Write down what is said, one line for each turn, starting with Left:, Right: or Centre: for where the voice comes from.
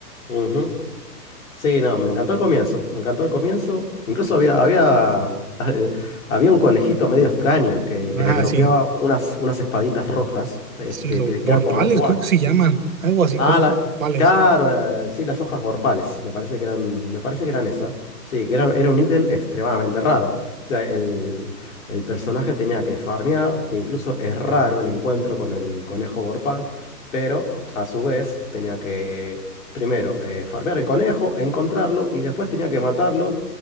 Left: Ujú. Sí, no, me encantó el comienzo, me encantó el comienzo. Incluso había, había, <laughs> eh, había un conejito medio extraño que, que
Right: ah,
Left: le dropeaba
Right: sí,
Left: unas, unas espaditas rojas, este,
Right: sí, los
Left: que
Right: portales,
Left: quedan como dual.
Right: creo que se llaman, algo así,
Left: Ah,
Right: con
Left: la,
Right: los portales,
Left: claro, eh, sí, las hojas borpales, me parece que eran, me parece que eran esas. Sí, que era, era un ítem extremadamente raro. O sea, el, el personaje tenía que farmear, que incluso es raro el encuentro con el conejo borpal, pero a su vez tenía que primero eh, farmear el conejo, encontrarlo y después tenía que matarlo